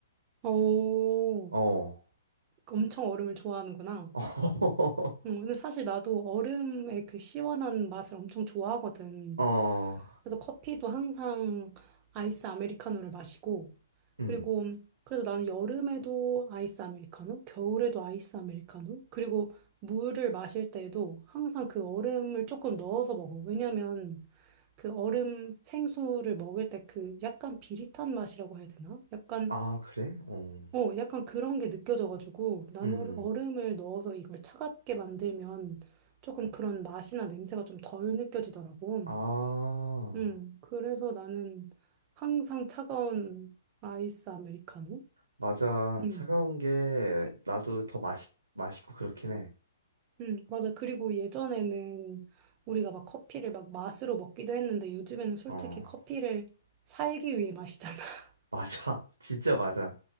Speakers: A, on the right; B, on the right.
A: 오.
B: 어.
A: 엄청 얼음을 좋아하는구나.
B: <laughs>
A: 음, 근데 사실 나도 얼음의 그 시원한 맛을 엄청 좋아하거든.
B: 어.
A: 그래서 커피도 항상 아이스 아메리카노를 마시고,
B: 음.
A: 그리고 그래서 나는 여름에도 아이스 아메리카노, 겨울에도 아이스 아메리카노, 그리고 물을 마실 때에도 항상 그 얼음을 조금 넣어서 먹어. 왜냐면 그 얼음 생수를 먹을 때 그 약간 비릿한 맛이라고 해야 되나? 약간
B: 아, 그래? 어.
A: 어, 약간 그런 게 느껴져가지고 나는
B: 음.
A: 얼음을 넣어서 이걸 차갑게 만들면 조금 그런 맛이나 냄새가 좀 덜 느껴지더라고.
B: 아.
A: 음, 그래서 나는 항상 차가운 아이스 아메리카노?
B: 맞아.
A: 음,
B: 차가운 게 나도 더 맛있 맛있고 그렇긴 해.
A: 음, 맞아. 그리고 예전에는 우리가 막 커피를 막 맛으로 먹기도 했는데 요즘에는 솔직히
B: 어.
A: 커피를 살기 위해 마시잖아. <laughs>
B: 맞아. <laughs> 진짜 맞아.